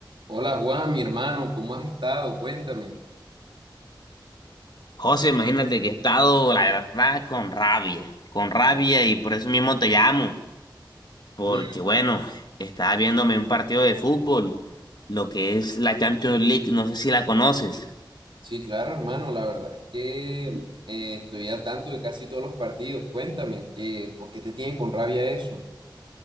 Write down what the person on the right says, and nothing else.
Hola Juan, mi hermano, ¿cómo has estado? Cuéntame.
Mm,
sí, claro, hermano, la verdad es que eh, estoy al tanto de casi todos los partidos. Cuéntame, ¿qué, por qué te tienen con rabia eso?